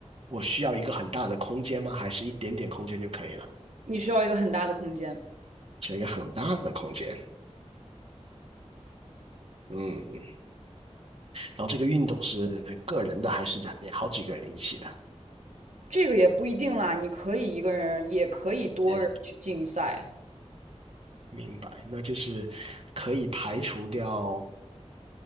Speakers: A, on the right (about 55°); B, on the right (about 85°).
A: 我需要一个很大的空间吗？还是一点点空间就可以了？
B: 你需要一个很大的空间，
A: 选一个很大的空间。嗯嗯然后这个运动是个人的还是在好几个人一起的？
B: 这个也不一定啦，你可以一个人，也可以多人去竞赛。
A: 哎，明白，那就是可以排除掉